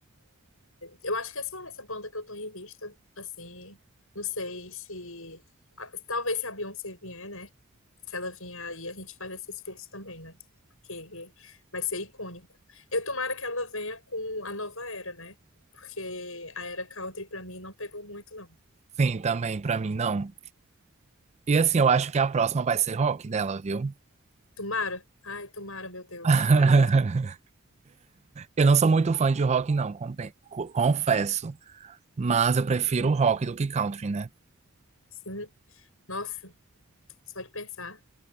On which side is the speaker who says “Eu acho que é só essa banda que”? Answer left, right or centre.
Left